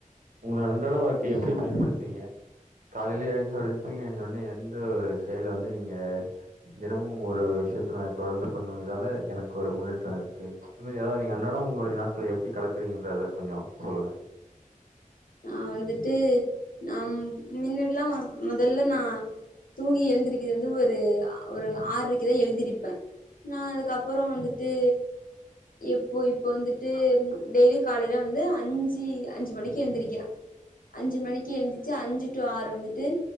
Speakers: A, on the right (about 75°); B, on the left (about 85°).
A: உங்கள அந் ன்றாட வாழ்க்கைய
B: ம்
A: எப்டி பயன்படுத்துவீங்க காலையில எழுந்த உடனே தூங்கி எழுந்த உடனே எந்த ஒரு செயல வந்து நீங்க தினமும் ஒரு விஷயத்த ந தொடர்ந்து பண்ணணும் இதால எனக்கு ஒரு முன்னேற்றம் இருக்கு ச் மாரி ஏதாது நீங்க அன்றாடம் உங்களுடைய நாட்கள எப்படி கெடக்குறீங்கன்றத கொஞ்சம் சொல்லுங்க
B: நான் வந்துட்டு நம் மின்னாடில்லாம் முதல்ல நான் தூங்கி எழுந்திருக்கிறது வந்து ஒரு ஒரு ஆர்ரைக்குதான் எழுதிருப்பேன் நான் அதுக்கப்புறம் வந்துட்டு எப்போ இப்போ வந்துட்டு டெய்லி காலையில வந்து அஞ்சு அஞ்சு மணிக்கு எழுந்திருக்கிறான் அஞ்சு மணிக்கு எழுந்துச்சு அஞ்சு டு ஆறு வந்துட்டு